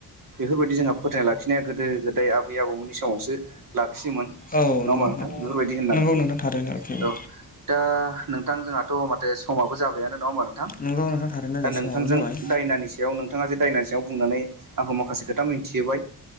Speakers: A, on the right; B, on the left.
A: बेफोरबायदि जोंहा फोथायना लाखिनाया गोदो गोदाय आबै आबौमोननि समावसो लाखियोमोन। नङा
B: औ नंगौ
A: होमबा नोंथां? बेफोरबायदि होननानै
B: नंगौ नोंथां थारैनो एखेबो
A: औ दा नों नोंथां जोंहाथ 'माथो समाबो जाबाय आ नङा होनबा नोंथां
B: नंगौ नोंथां थारैनो
A: दा
B: जोंहा
A: नोंथांजों
B: समाबो जाबाय
A: दायनानि सायाव नोंथाङा जे दायनानि सायाव बुंनानै आंखौ माखासे खोथा मिथिहोबाय